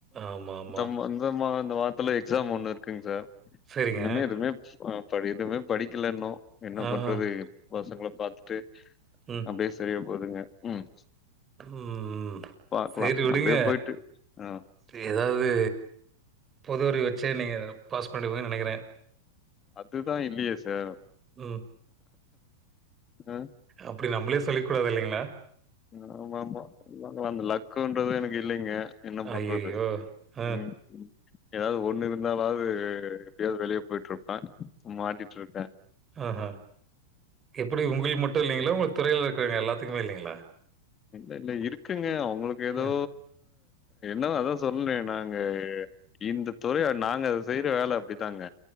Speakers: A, on the right; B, on the left.
A: ஆமாமா.
B: தம்மா இந்தம்மா இந்த வார்த்துல எக்ஸாம் ஒன்னு இருக்குங் சார்.
A: சரிங்க.
B: இன்னுமே எதுமே ஆ படி எதுமே படிக்கல இன்னு என்ன
A: ஆஹ.
B: பண்றது பசங்கள பாத்துட்டு
A: ம்.
B: அப்டியே செரியா போதுங்க ம்.
A: ம் ம்
B: பாக்கலாம்
A: சேரி விடுங்க.
B: அப்டியே போயிட்டு ஆ
A: து எதாவுது பொதுஅறுவு வெச்சே நீங்க பாஸ் பண்டுவே நெனைக்கிறே.
B: அதுதா இல்லியே சார்
A: ம்.
B: அ.
A: அப்டி நம்பளே சொல்லிக் கூடாது இல்லிங்ளா?
B: அ ஆமாமா தா <unintelligible> அந்த லக்குன்றது எனுக்கு இல்லீங்க. என்ன பண்றது
A: ஐயய்யோ! அ,
B: ம் ம். எதாவ்து ஒன்னு இருந்தாலாவ்து எப்டியாவ்து வெளிய போய்ட்ருப்பே மாட்டிட்ருக்கே.
A: ஆஹ எப்பிடி உங்குள்க்கு மட்டு இல்லீங்ளா உங்க துறையில இருக்கிறங்க எல்லாத்துக்குமே இல்லிங்களா?
B: இல்லல்ல இருக்குங்க அவுங்களுக்கு எதோ
A: அ,
B: என்னவோ அதா சொன்னே நாங்க இந்த துறைய நாங்க அத செய்ற வேல அப்டிதாங்க.